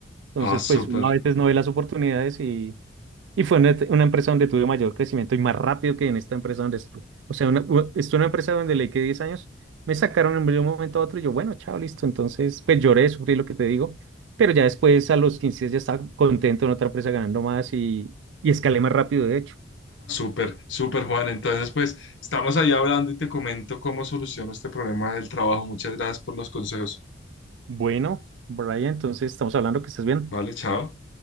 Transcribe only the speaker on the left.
ah, súper.
Súper, súper, Juan. Entonces, pues estamos ahí hablando y te comento cómo soluciono este problema del trabajo. Muchas gracias por los consejos.
Vale, chao.